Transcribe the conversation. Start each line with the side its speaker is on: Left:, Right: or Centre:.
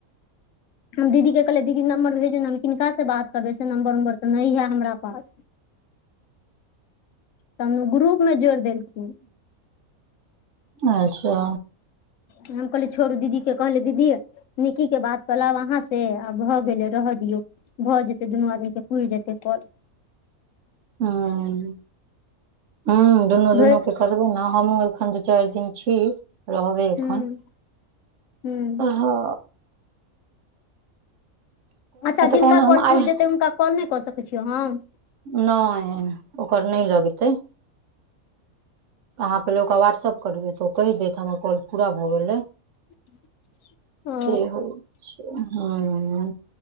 Left: हम दीदी के कहलियै दीदी नम्बर भेजु ने हम किनका से बात करबै से नम्बर-उम्बर तऽ नै या हमरा पास। तहन ग्रुप मे जोड़ देलखिन।
Right: अच्छा।
Left: हम कहलिये छोरु दीदी के कहलिये दीदी निक्की के बात क लेब अहाँ से आ भऽ गेलै रहा दियौ। भऽ जेतै दुनू आदमी के पुर जेतै कॉल।
Right: हां, हां दुनू-दुनू
Left: भरि
Right: के करबु नै हमु अखन जे चार दिन छी। रहबै एखन,
Left: हूँ हूँ
Right: हां।
Left: अच्छा जिनका
Right: कहन हम
Left: कॉल
Right: आइ
Left: पूर जेतै हुनका कॉल नै कऽ सकै छिये हम।
Right: नै ओकर नै लगते। तऽ अहाँ पहिले ओकरा व्हाट्सऐप करबै तऽ ओ कैह देत हमर कॉल पूरा भऽ गेलै।
Left: <unintelligible> ओ
Right: से होय छै, हुं।